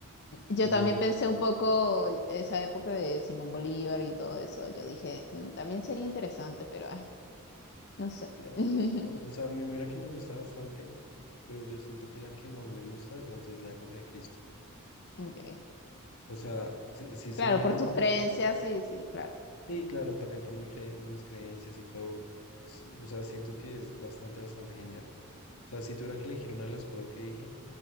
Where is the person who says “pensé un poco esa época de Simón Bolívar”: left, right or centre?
Left